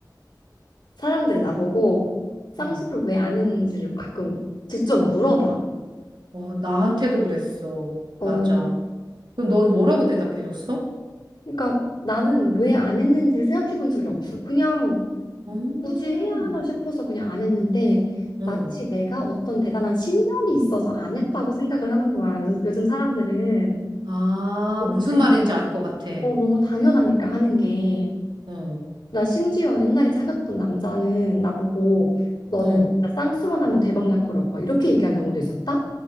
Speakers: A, on the left; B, on the right.
A: 사람들이 나보고 쌍수를
B: 응.
A: 왜 안 했는지를 가끔 직접 물어봐.
B: 어, 나한테도 그랬어.
A: 어,
B: 맞아. 그럼 너는 뭐라고 대답해줬어?
A: 그러니까 나는 왜 안 했는지를 생각해 본 적이 없어. 그냥
B: 음.
A: 굳이 해야 하나 싶어서 그냥 안 했는데
B: 응.
A: 마치 내가 어떤 대단한 신념이 있어서 안 했다고 생각을 하는 거야. 요즘, 요즘 사람들은
B: 아,
A: 너무
B: 무슨
A: 당연한,
B: 말인지 알 것 같아.
A: 어, 너무 당연하니까 하는 게.
B: 응.
A: 나 심지어 옛날에 사귀었던 남자는 나보고
B: 응.
A: 너는
B: 응.
A: 진짜 쌍수만 하면 대박 날 거라고 막 이렇게 얘기한 경우도 있었다.